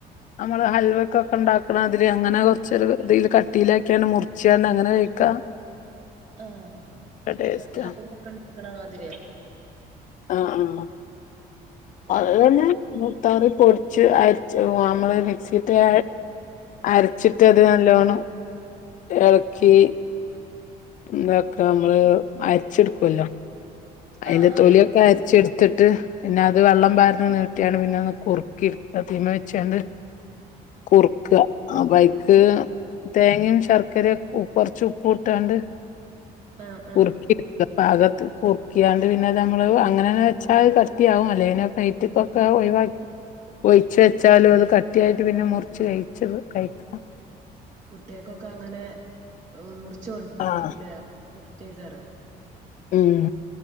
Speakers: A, on the left; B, on the right.
A: നമ്മള് ഹൽവക്കാെക്കെണ്ടാക്ക്ണാത്‌രി അങ്ങനെ കുർച്ചൊരു തീല് കട്ടീലാക്ക്യാണ്ട് മുർച്ചാണ്ട് അങ്ങെനെ കയ്ക്കാ
B: ആഹ് ഹ
A: ടേസ്റ്റാ
B: ഹൽവാെക്കെണ്ടാക്ക്ണ മാതിര്യോ
A: ആഹ് ആഹ്
B: ആഹ്
A: അത് ഇതന്നെ <unintelligible> ത്താറി പൊട്ച്ച് അര്ച്ച് ഒഹ് അമ്മെള് മിക്സീട്ട്കാ അരച്ച്ട്ട് അത് നല്ലോണം എൾക്കി താക്ക അമ്മള് അര്ച്ചെട്ക്ക്വല്ലോ
B: ആഹ്
A: അയ്ന്റെ
B: ആഹ്
A: തൊല്യൊക്കെ
B: ആഹ്
A: അര്ച്ചെട് ത്ത്ട്ട് പിന്നെ അത് വെള്ളം പാര്ണെ നീട്ട്യാണ് പിന്നെ ഒന്ന് കുർക്കി തീമ വെച്ച് ആണ്ട് കുർക്കാ ആഹ് അപ്പയ്ക്ക് തേങ്ങിം ശർക്കരിം ഉ കൊർച്ച് ഉപ്പുട്ടാണ്ട്
B: ആഹ്
A: കുർക്കിട്ക്കാ
B: ആഹ്
A: പാകത്ത് കുർ ക്ക്യാണ്ട് പിന്നെ അത് അമ്മള് അങ്ങെനെ വെച്ചാൽ കട്ടിയാവും അല്ലേ പിന്നെ പ്ലെയ്റ്റ്ക്കൊക്കെ ഒഴ്‌വാ ഒയ്ച്ച് വെച്ചാലും അത് കട്ടിയായിട്ട് പിന്നെ മുർച്ച് കയ്ച്ചത് കഴിക്കാം
B: കുട്ട്യേക്കൊക്ക അങ്ങെനെ ഉം മുർച്ച് കൊട് <unintelligible>
A: ആഹ്
B: ഇഷ്ടെയ്ക്കാരം
A: ഉം